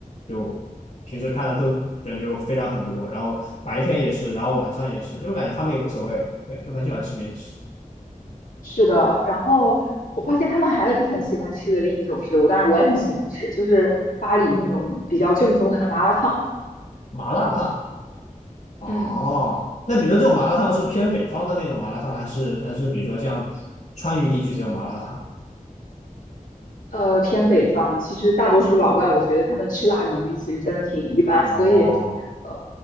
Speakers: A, on the left (about 55°); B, on the left (about 75°).
A: 就平时看的都人就非常很多，然后白天也是，然后晚上也是，就感觉他们也无所谓，对，就很喜欢吃面食，
B: 是的，然后我发现他们还很喜欢吃的另一种食物，当然我也很喜欢吃，就是巴黎那种比较正宗的麻辣烫。
A: 麻辣烫。哦，
B: 嗯。
A: 那比如说这种麻辣烫是偏北方的那种麻辣烫，还是还是比如说像川渝地区这种麻辣烫？
B: 呃，偏北方，其实大多数老外，我觉得他们吃辣能力其实真的挺一般，
A: 哦，
B: 所以，呃，